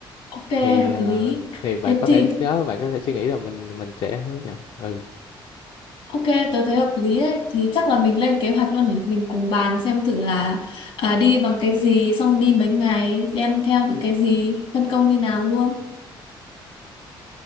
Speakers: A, on the left; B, on the left.
A: Ok,
B: thì
A: hợp
B: ờ,
A: lý.
B: thì bạn
A: Thế
B: có
A: thì
B: thể nhớ bạn có thể suy nghĩ là mình mình sẽ hướng dẫn ừ
A: ok, tớ thấy hợp lý đấy. Thì chắc là mình lên kế hoạch luôn nhỉ. Mình cùng bàn xem thử là à, đi bằng cái gì, xong đi mấy ngày, đem theo những cái gì, phân công như nào luôn.